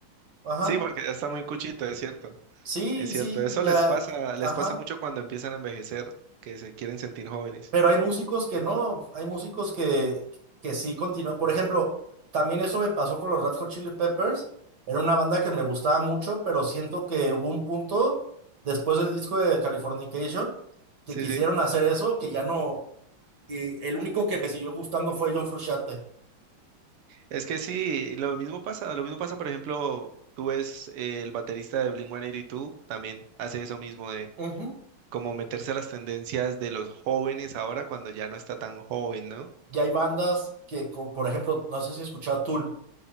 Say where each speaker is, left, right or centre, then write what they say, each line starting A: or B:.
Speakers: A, on the right; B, on the right.
A: Ajá.
B: Sí, porque ya está muy cuchito, es cierto,
A: Sí,
B: es cierto.
A: sí,
B: Eso
A: ya,
B: les pasa, les
A: ajá.
B: pasa mucho cuando empiezan a envejecer, que se quieren sentir jóvenes.
A: Pero hay músicos que no, hay músicos que, que sí continúan. Por ejemplo, también eso me pasó con los Red Hot Chili Peppers. Era una banda que me gustaba mucho, pero siento que hubo un punto después del disco de Californication que
B: Sí,
A: quisieron
B: sí.
A: hacer eso, que ya no. eh, el único que me siguió gustando fue John Frusciante.
B: Es que sí, lo mismo pasa, lo mismo pasa, por ejemplo, tú ves eh, el baterista de Blink-182, también hace eso mismo de
A: Ujú.
B: como meterse a las tendencias de los jóvenes ahora cuando ya no está tan joven, ¿no?
A: Ya hay bandas que, como por ejemplo, no sé si escuchaba Tool.